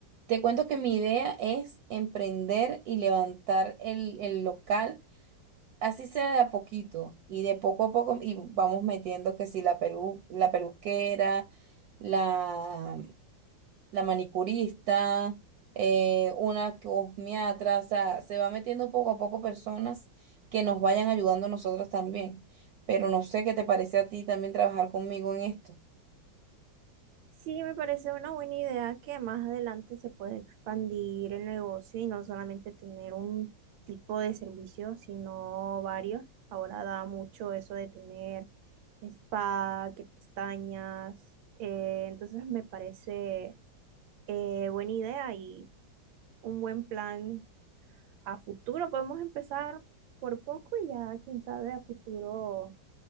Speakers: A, on the right; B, on the right.
A: Te cuento que mi idea es emprender y levantar el, el local Así sea de a poquito y de poco a poco y vamos metiendo que si la pelu, la peluquera, la, la manicurista, eh, una cosmiatra, o sea, se va metiendo poco a poco personas que nos vayan ayudando a nosotros también. Pero no sé qué te parece a ti también trabajar conmigo en esto.
B: Sí, me parece una buena idea que más adelante se pueda expandir el negocio y no solamente tener un tipo de servicio, sino varios. Ahora da mucho eso de tener spa, que pestañas. eh, entonces me parece eh, buena idea y un buen plan a futuro. Podemos empezar por poco y ya, quién sabe, a futuro